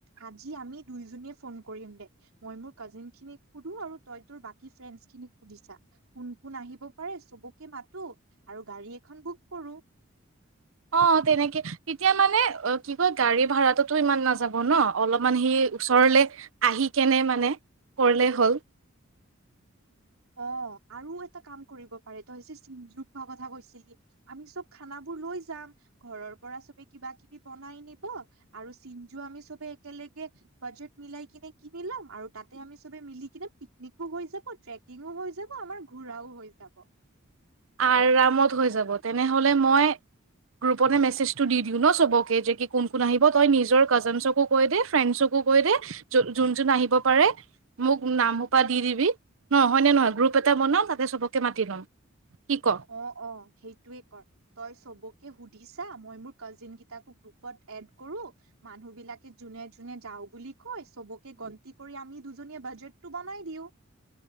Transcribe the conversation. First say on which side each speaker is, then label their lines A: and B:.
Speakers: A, on the right; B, on the right.
A: আজি আমি দুইজনীয়ে ফোন কৰিম দে মই মোৰ কাজিন খিনিক সুধো আৰু তই তোৰ বাকী ফ্ৰেণ্ডছ খিনিক সুধি চা কোন কোন আহিব পাৰে চবকে মাতো আৰু গাড়ী এখন বুক কৰো
B: অ তেনেকে তেতিয়া মানে কি কয় গাড়ী ভাড়াটোতো ইমান নাযাব ন অলপমান সি ওচৰলে আহি কেনে মানে কৰিলে হ'ল
A: অ আৰু এটা কাম কৰিব পাৰি তই যে চিঞ্জু খোৱাৰ কথা কৈছিলি আমি চব খানাবোৰ লৈ যাম ঘৰৰ পৰা চ কিবা কিবি বনাই নিব আৰু চিঞ্জু আমি চবে একেলগে বাজেট মিলাই কিনে কিনি লম আৰু তাতে আমি চবে মিলি কিনে পিকনিকো হৈ যাব আৰু ট্ৰেক কিঙও হৈ যাব আমাৰ ঘোৰাও হৈ যাব।
B: আৰামত হৈ যাব তেনেহ'লে মই গ্ৰুপতে মেছেজটো দি দিওঁ ন চবকে যে কি কোন কোন আহিব তই নিজৰ কাজিনচকো কৈ দে ফ্ৰেণ্ডছকো কৈ দে যোন যোন আহিব পাৰে মোক নাম সোপা দি দিবি ন হয়নে নহয় গ্ৰুপ এটা বনাও তাতে সবকে মাতি ল'ম। কি ক
A: অ অ সেইটোয়ে কৰ তই চবকে সুধ দিছা মই মোৰ কাজিনকেইটাকো গ্ৰুপত এড কৰোঁ মানুহবিলাকে যোনে যোনে যাওঁ বুলি কয় চবকে গন্তি কৰি আমি দুজনীয়ে বাজেটটো বনাই দিওঁ।